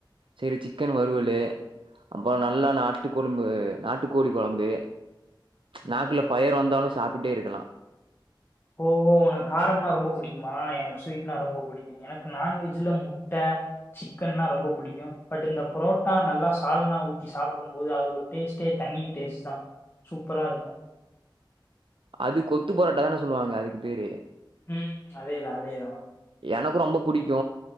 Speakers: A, on the right; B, on the left.
A: செய்ற சிக்கன் வறுவலு அப்பற நல்லா நாட்டுக் கொழும்பு நாட்டுக்கோழி கொழம்பு
B: ம்
A: நாக்குல ஃபயர் வந்தாலு சாப் ட்டேருக்கலா
B: ஓவோ உனக் காரம்னா ரொம்பொ புடிக்குமா எனக்கு ஸ்வீட்னா ரொம்பொ புடிக்கும் எனக்கு நான்வெஜ்ல முட்டே சிக்கன்னா ரொம்பொ புடிக்கு பட் இந்த புரோட்டா நல்லா சால்னா ஊத்தி சாப்பிடும் போது அது ஒரு டேஸ்ட்டே தனீ டேஸ்ட் தா சூப்பராருக்கு
A: அது கொத்து பரோட்டா தானே சொல்லுவாங்க அதுக்கு பேரு
B: ம் அதேதா அதேதா
A: எனக்கு ரொம்போ பிடிக்கு